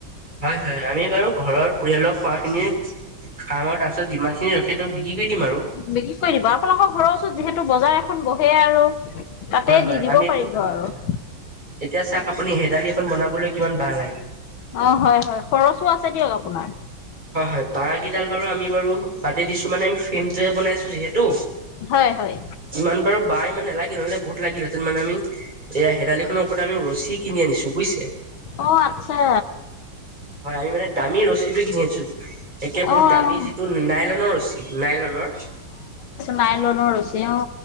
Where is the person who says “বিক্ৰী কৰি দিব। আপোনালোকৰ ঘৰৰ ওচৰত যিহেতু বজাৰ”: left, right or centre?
Left